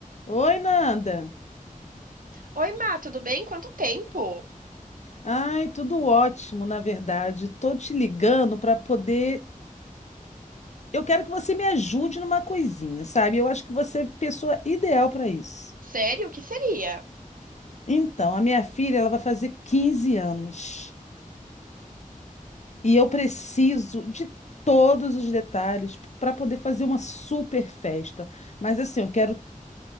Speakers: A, on the left (about 55°); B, on the right (about 80°).
A: Oi, Nanda.
B: Oi, Má, tudo bem? Quanto tempo?
A: Ai, tudo ótimo, na verdade. Tô te ligando para poder. Eu quero que você me ajude numa coisinha, sabe? Eu acho que você é a pessoa ideal para isso.
B: Sério, o que seria?
A: Então, a minha filha, ela vai fazer 15 anos e eu preciso de todos os detalhes para poder fazer uma super festa. Mas assim, eu quero